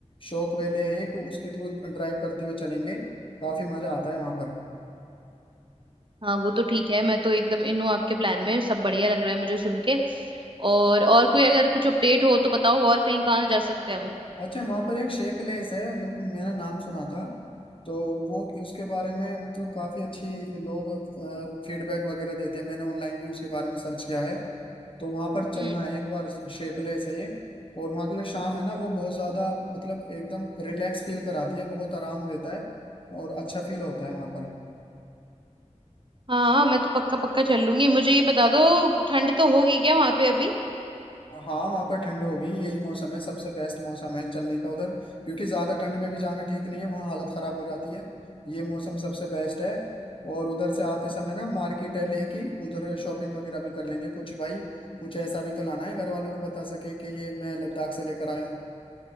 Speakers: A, on the left (about 45°); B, on the right (about 45°).
A: शोक वैली है एक उसके थ्रू ड्राइव करते हुए चलेंगे काफी मजा आता है वहां पर
B: हाँ वो तो ठीक है मैं तो एकदम इन हूँ आपके प्लान में सब बढ़िया लग रहा है मुझे सुन के और और कोई अगर कुछ अपडेट हो तो बताओ और कहीं कहाँ जा सकते हैं हम
A: अच्छा वहां पर एक शे प्लेस है मतलब मैंने नाम सुना था तो वो उसके बारे में मतलब काफी अच्छी लोग फीडबैक वगैरह देते हैं मैंने ऑनलाइन भी उसके बारे में सर्च किया है तो वहां पर चलना
B: हम्म
A: है एक बार शे प्लेस है ये और वहाँ की जो शाम है ना वो बहुत ज्यादा मतलब एकदम रिलैक्स फील कराती है बहुत आराम देता है और अच्छा फील होता है वहां पर
B: हाँ मैं तो पक्का पक्का चल लूंगी मुझे ये बता दो ठंड तो होगी क्या वहां पे अभी
A: हाँ वहाँ पर ठंड होगी यही मौसम है सबसे बेस्ट मौसम है चलने का उधर क्योंकि ज्यादा ठंड में भी जाना ठीक नहीं है वहाँ हालत खराब हो जाती है ये मौसम सबसे बेस्ट है और उधर से आते समय ना मार्केट है लेह की उधर शॉपिंग वगैरह भी कर लेंगे कुछ भाई कुछ ऐसा भी तो लाना है घर वालों को बता सके कि ये मैं लद्दाख से लेकर आया हूँ